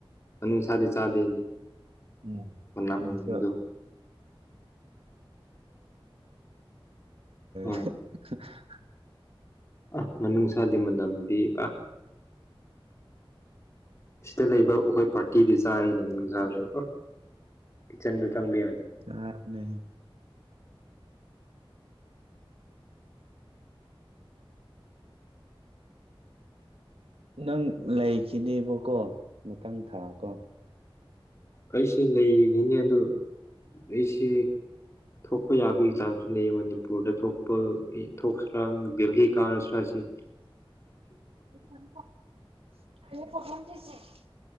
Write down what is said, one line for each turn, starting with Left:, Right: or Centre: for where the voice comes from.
Left: ꯃꯅꯨꯡꯁꯥꯗꯤ ꯆꯥꯗꯦ ꯑꯩꯗꯤ
Right: ꯎꯝ
Left: ꯃꯅꯝꯗꯣ
Right: ꯑꯩꯁꯨ
Left: ꯍꯣꯏ
Right: <unintelligible>
Left: ꯑ ꯃꯅꯨꯡꯅꯨꯡꯁꯥꯗꯤ ꯃꯅꯝꯗꯤ ꯄꯨꯔꯥ ꯁꯤꯗ ꯂꯩꯕ ꯑꯩꯈꯣꯏ ꯄꯥꯔꯇꯤꯗꯤ ꯆꯥꯏ ꯃꯅꯨꯡꯁꯥꯗꯣ ꯀꯤꯆꯟꯗ ꯆꯪꯕ ꯌꯥꯗꯦ
Right: ꯆꯥꯕꯅꯦ ꯅꯪ ꯂꯩꯈꯤꯅꯦꯕꯀꯣ ꯃꯊꯪꯊꯥꯀꯣ
Left: ꯑꯩꯁꯤ ꯂꯩꯈꯤꯅꯤ ꯑꯗꯨ ꯑꯩꯁꯤ ꯊꯣꯛꯄ ꯌꯥꯕꯒꯤ ꯆꯥꯟꯁꯨ ꯂꯩꯌꯦ ꯃꯅꯤꯄꯨꯔꯗ ꯊꯣꯛꯄ ꯊꯣꯛꯈ꯭ꯔꯒꯗꯤ <unintelligible>
Right: <inaudible> <unintelligible>